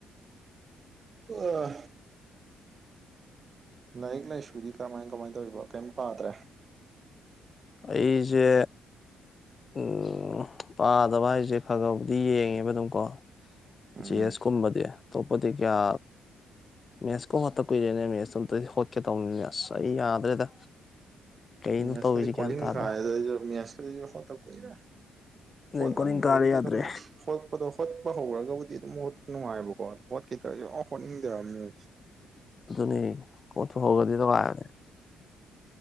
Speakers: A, on the right; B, on the left.
A: ꯑꯥ ꯂꯥꯏꯔꯤꯛ ꯂꯥꯏꯁꯨꯗꯤ ꯀꯔꯃꯥꯏ ꯀꯃꯥꯏꯅ ꯇꯧꯔꯤꯕꯣ ꯀꯩꯝ ꯄꯥꯗ꯭ꯔꯦ
B: ꯑꯩꯖꯦ ꯎꯝ ꯄꯥꯗꯕ ꯍꯥꯏꯁꯦ ꯐꯒꯕꯨꯗꯤ ꯌꯦꯡꯉꯦꯕ ꯑꯗꯨꯝꯀꯣ
A: ꯎꯝ
B: ꯖꯤ ꯑꯦꯁ ꯀꯨꯨꯝꯕꯗꯤ ꯑꯇꯣꯞꯄꯗꯤ ꯀꯌꯥ ꯃꯦꯠꯁꯀꯥ ꯍꯦꯠꯇ ꯀꯨꯏꯔꯦꯅꯦ ꯃꯦꯁꯇꯣ ꯑꯝꯇꯗꯤ ꯍꯣꯠꯀꯦ ꯇꯧꯕꯅꯤꯅꯦ ꯑꯁ ꯑꯩ ꯌꯥꯗ꯭ꯔꯦꯗ ꯀꯩꯅꯣ
A: ꯃꯦꯁꯀꯗꯤ
B: ꯇꯧꯔꯤꯁꯦ
A: ꯀꯣꯂꯤꯡ
B: ꯒ꯭ꯌꯥꯟ ꯇꯥꯗ꯭ꯔꯦ
A: ꯀꯥꯔꯦꯗ ꯑꯩꯖꯨ ꯃꯦꯁꯀꯁꯤ ꯍꯣꯠꯇ ꯀꯨꯏꯔꯦ
B: ꯑꯗꯩ
A: ꯍꯣꯠꯂꯝꯕꯗꯒꯤꯗꯤ
B: ꯀꯣꯂꯤꯡ ꯀꯥꯔꯦ ꯌꯥꯗ꯭ꯔꯦ
A: ꯑꯗꯨꯝ ꯍꯣꯠꯄꯗꯣ ꯍꯣꯠꯄ ꯍꯧꯔꯒꯕꯨꯗꯤ ꯑꯗꯨꯝ ꯅꯨꯡꯉꯥꯏꯕꯀꯣ ꯍꯣꯠꯈꯤꯗ꯭ꯔꯁꯨ ꯑꯞ ꯍꯣꯠꯅꯤꯡꯗꯦꯕ ꯃꯦꯁ ꯁꯦ
B: ꯑꯗꯨꯅꯤ ꯀꯣꯍꯣꯠꯇ ꯍꯣꯒꯛꯙꯕꯗꯤ ꯅꯨꯡꯉꯥꯏꯕꯅꯤ